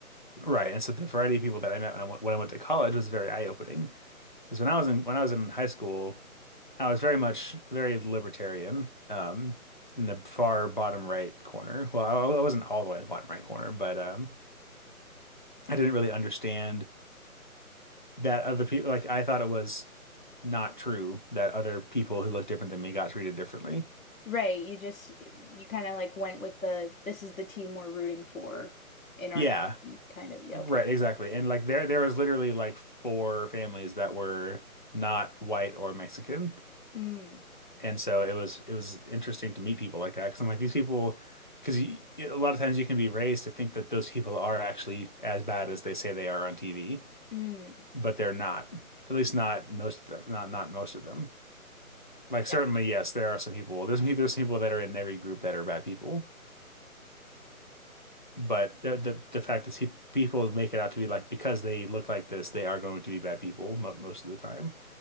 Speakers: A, on the left; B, on the left.
A: Right, and so the variety of people that I met when I, went- when I went to college was very eye opening because when I was in when I was in high school, I was very much very libertarian, um, in the far bottom right corner. Well, I, I wasn't all the way in the bottom right corner, but um, I didn't really understand that other people. Like I thought it was not true that other people who looked different than me got treated differently.
B: Right. You just you kind of like went with the this is the team we're rooting for in our
A: Yeah,
B: town kind of. Yeah,
A: right,
B: okay.
A: exactly. And like there, there was literally like four families that were not white or Mexican,
B: Mm,
A: and so it was it was interesting to meet people like that because I'm like these people. Because a lot of times you can be raised to think that those people are actually as bad as they say they are on TV
B: mm.
A: but they're not. At least not most of them. Not not most of them. Like certainly,
B: Yeah.
A: yes, there are some people. There's there's some people that are in every group that are bad people. But the the, the fact is, people make it out to be like because they look like this, they are going to be bad people mo- most of the time,